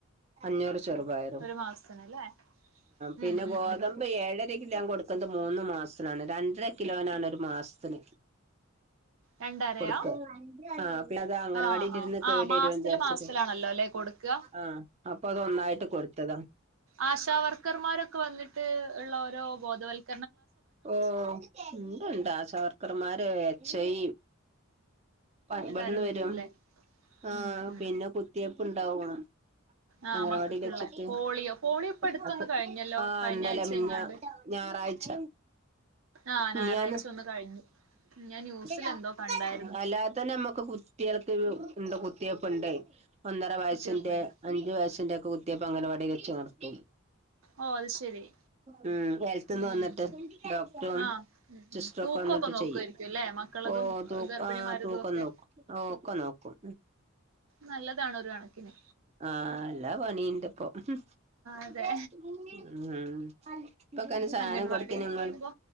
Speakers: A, on the right (about 30°); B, on the right (about 70°).
A: അഞ്ഞൂറ് ചെറുപായറും
B: ഒരു മാസത്തിനല്ലേ
A: പിന്നെ
B: ഉം ഉം
A: ഗോതമ്പ
B: ഉം
A: ഇപ്പം ഏഴരക്കിലോ ഞാൻ കൊടുക്കുന്നത് മൂന്ന് മാസത്തിനാണ് രണ്ടര കിലോനാണ് ഒരു മാസത്തിന്
B: രണ്ടരയാ
A: കൊടുക്ക ആ അപ്പ അതാ അങ്ങനെവാടിരുന്ന്
B: ആഹ് ആഹ്
A: കേടു
B: ആഹ് മാസത്തില്
A: വരു വിചാരിച്ചത്
B: മാസത്തിലാണല്ലോ അല്ലെ കൊടുക്കുക
A: ആഹ് അപ്പൊ അത് ഒന്നായിട്ട് കൊടുത്തതാ
B: ആശാവർക്കർമാരൊക്കെ വന്നിട്ട് ഉള്ള ഓരോ ബോധവൽക്കണം
A: ഓ ഉണ്ട് ഉണ്ട് ആശാവർക്കരന്മാര് എച് ഐ പപടന്ന്
B: എല്ലാരും
A: വരും
B: വരൂല്ലേ
A: ആഹ്
B: ഉം ഉം
A: പിന്നെ കുത്തിവയ്പ്പ് ഉണ്ടാവും
B: ആഹ്
A: അങ്ങനവാടിൽ
B: മക്കൾക്കുള്ള
A: വെച്ചിട്ട്
B: പോളിയോ പോളിയോ ഇപ്പ അടുത്തൊന്ന്
A: ആഹ
B: കഴിഞ്ഞല്ലോ കഴിഞ്ഞ
A: ഇന്നലെ
B: ആഴ്ച
A: മിനിഞ്ഞ
B: എങ്ങാണ്ട്
A: ഞായറാഴ്ച
B: ആഹ്
A: മിനിഞ്ഞാന്ന്
B: ഞായറാഴ്ച ഒന്ന് കഴിഞ്ഞു ഞാൻ ന്യൂസിൽ
A: ആ
B: എന്തോ കണ്ടായിരുന്നു
A: അല്ലാത തന്നെ നമ്മുക്ക് കുട്ടികൾക്ക് ഉണ്ട് കുത്തിയപ്പുണ്ട് ഒന്നര വയസ്സിന്റെ
B: കുത്തിവെപ്പുണ്ട്
A: അഞ്ചു വയസ്സിൻന്റെറെ ഒക്കെ കുത്തിവയ്പ്പ് അംഗനവാടി വെച്ചു നിർത്തും
B: ഓ അത് ശെരി
A: ഉം ഹെൽത്ത്ന്ന്
B: അങ്ങനെണ്ട്
A: വന്നിട്ട് ഡോക്ടറും
B: ആഹ് ഉം
A: സിസ്റ്ററ്
B: ഉം തൂക്കൊക്കെ
A: ഒക്കെ വന്നിട്ട്
B: നോക്കുവായിരിക്കും
A: ചെയ്യും
B: അല്ലേ മക്കളതും
A: ഓ തൂ
B: ഗർഭിണിമാരതും
A: ആ തൂക്കന്ന്
B: ഒക്കെ
A: നോക്കും ആ ഒക്കെ നോക്കും
B: നല്ലതാണ് ഒരു കണക്കിന്
A: ആഹഎല്ലാ പണിണ്ട്പ്പ
B: അതെ
A: ഉം ഇപ്പൊക്കെ സാധനം
B: അംഗൻവാടിന്ന്
A: കൊടുക്ക നിങ്ങള്
B: പറയുമ്പോ